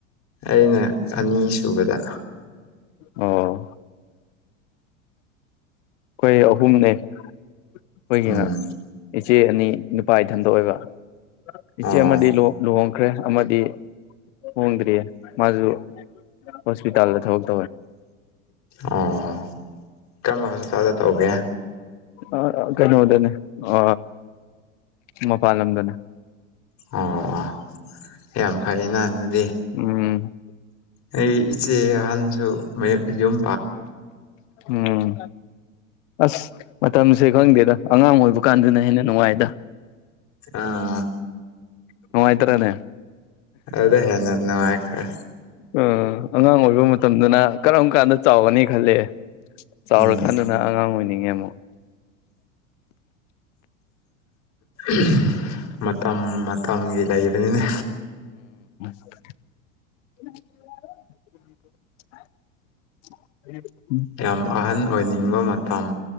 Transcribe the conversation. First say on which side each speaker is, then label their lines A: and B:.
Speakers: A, on the left; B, on the left.
A: ꯑꯩꯅ ꯑꯅꯤ ꯁꯨꯕꯗ
B: ꯑꯣ ꯑꯩꯈꯣꯏ ꯑꯍꯨꯝꯅꯦ ꯑꯩꯈꯣꯏꯒꯤꯅ
A: ꯎꯝ
B: ꯏꯆꯦ ꯑꯅꯤ ꯅꯨꯄꯥ ꯏꯊꯟꯗ ꯑꯣꯏꯕ ꯏꯆꯦ
A: ꯑꯣ
B: ꯑꯃꯗꯤ ꯂꯨꯍꯣꯡ ꯈ꯭ꯔꯦ ꯑꯃꯗꯤ ꯍꯣꯡꯗ꯭ꯔꯤꯌꯦ ꯃꯥꯁꯨ ꯍꯣꯁꯄꯤꯇꯥꯜꯗ ꯊꯧꯖꯦ
A: ꯑꯣ ꯀꯔꯝꯕ ꯍꯣꯁꯄꯤꯇꯥꯜꯗ ꯇꯧꯒꯦ
B: ꯑꯥ ꯑ ꯀꯩꯅꯣꯗꯅꯦ ꯑ ꯃꯄꯥꯟ ꯂꯝꯗꯅꯦ
A: ꯑꯣ ꯌꯥꯝ ꯐꯩꯅ ꯑꯗꯨꯗꯤ
B: ꯎꯝ
A: ꯑꯩ ꯏꯆꯦ ꯑꯍꯟꯁꯨ ꯃꯌꯨ ꯃꯌꯨꯝ
B: ꯎꯝ ꯑꯁ ꯃꯇꯝꯁꯦ ꯈꯪꯗꯦꯗ ꯑꯉꯥꯡ ꯑꯣꯏꯕ ꯀꯥꯟꯗꯨꯅ ꯍꯦꯟꯅ ꯅꯨꯡꯉꯥꯏꯗ
A: ꯑꯥ
B: ꯅꯨꯡꯉꯥꯏ ꯇꯔꯅꯦ
A: ꯑꯗꯨꯗ ꯍꯦꯟꯅ ꯅꯨꯉꯥꯏꯈ꯭ꯔꯦ
B: ꯑꯥ ꯑꯉꯥꯡ ꯑꯣꯏꯕ ꯃꯇꯝꯗꯅ ꯀꯔꯝ ꯀꯥꯟꯗ ꯆꯥꯎꯒꯅꯤ ꯈꯜꯂꯦ ꯆꯥꯎꯔꯀꯥꯟꯗꯅ
A: ꯎꯝ
B: ꯑꯉꯥꯡ ꯑꯣꯏꯅꯤꯡꯉꯦ ꯑꯝ
A: ꯑꯍꯝ ꯃꯇꯝ ꯃꯇꯝꯒꯤ ꯂꯩꯕꯅꯤꯅꯦ
B: ꯎꯝ <unintelligible>
A: ꯌꯥꯝ ꯑꯍꯟ ꯑꯣꯏꯅꯤꯡꯕ ꯃꯥ ꯇꯝ